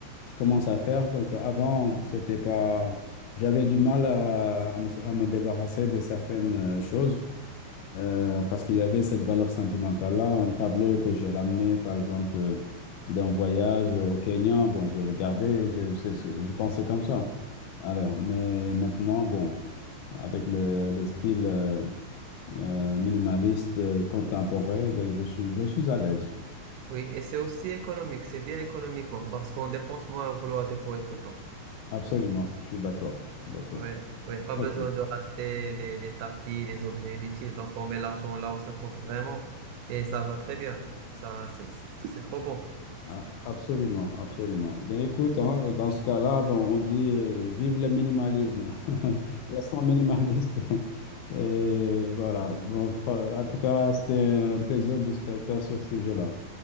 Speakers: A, on the left; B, on the right.
A: je commence à faire. Donc avant, c'était pas, j'avais du mal à, à me, à me débarrasser de certaines euh, choses euh, parce qu'il y avait cette valeur sentimentale-là. Un tableau que j'ai ramené, par exemple, euh, d'un voyage au Kenya, bon, je vais le garder. Je, c'est ce que- je pensais comme ça. Alors, mais maintenant, bon, avec le, le style euh, euh, minimaliste euh, contemporain, ben, je suis, je suis à l'aise.
B: Oui, et c'est aussi économique, c'est bien économiquement parce qu'on dépense moins à vouloir décorer tout le temps.
A: Absolument, je suis d'accord, d'accord.
B: Oui, oui, pas
A: Ok.
B: besoin de racheter les, les tapis, les objets inutiles. Donc, on met l'argent là où ça compte vraiment et ça va très bien. Ça, c'est c'est- c'est trop bon.
A: Ah, Absolument, absolument. Ben écoute, hein, dans ce cas-là, ben, on dit euh, vive le minimalisme. <laughs> Restons minimaliste. Et voilà. Bon, pro- en tout cas, c'était un plaisir de discuter avec toi sur ce sujet-là.